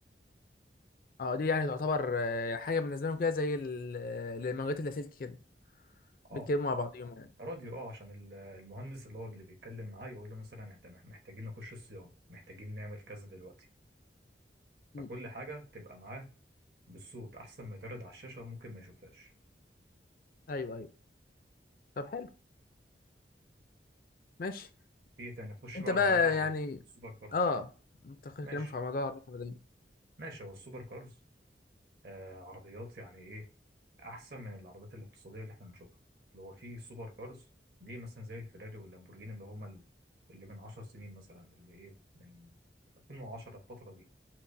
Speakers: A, on the left; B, on the right.
A: اه دي يعني تعتبر آه، حاجه بالنسبه لهم كده زي ال- آه، المانجات اللاسلكي كده
B: اه
A: بيتكلموا مع بعضهم يعني
B: راديو اه عشان ال- المهندس اللي هو اللي بيتكلم معاه يقول له مثلا احنا محتاجين نخش الصيانه محتاجين نعمل كذا دلوقتي
A: امم.
B: فكل حاجه تبقى معاه بالصوت احسن ما يتعرض على الشاشه ممكن ما يشوفهاش
A: ايوه ايوه طب حلو ماشي
B: في ايه تاني نخش
A: انت
B: بقى على
A: بقى
B: العربيات العادية
A: يعني
B: السوبر كارز
A: اه
B: وكده
A: انت كلامك
B: ماشي
A: على موضوع الرقم
B: ماشي هو السوبر كارز آه عربيات يعني ايه احسن من العربيات الاقتصادية اللي احنا بنشوفها اللي هو في سوبر كارز دي مثلا زي الفيراري واللامبورجيني اللي هما ال- اللي من 10 سنين مثلا اللي ايه من 2010 الفترة دي